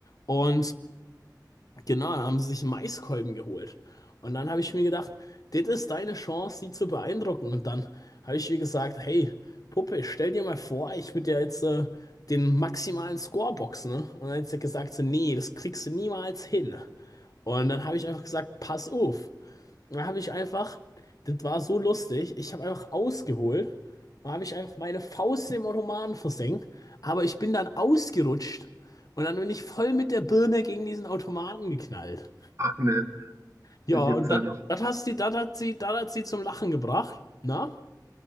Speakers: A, on the left (about 55°); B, on the right (about 40°).
A: Und Genau, dann haben sie sich einen Maiskolben geholt. Und dann habe ich mir gedacht, das ist deine Chance, sie zu beeindrucken. Und dann habe ich ihr gesagt, hey, Puppe, stell dir mal vor, ich würde dir jetzt äh, den maximalen Score boxen, ne? Und dann hat sie gesagt, so, nee, das kriegst du niemals hin. Und dann habe ich einfach gesagt, pass auf. Da habe ich einfach, das war so lustig, ich habe einfach ausgeholt und habe ich einfach meine Faust im Ottomanen versenkt, aber ich bin dann ausgerutscht und dann bin ich voll mit der Birne gegen diesen Automaten geknallt.
B: Ach ne,
A: Ja,
B: das gibt's
A: und
B: ja
A: das
B: nicht.
A: das hat sie, das hat sie, das hat sie zum Lachen gebracht, na?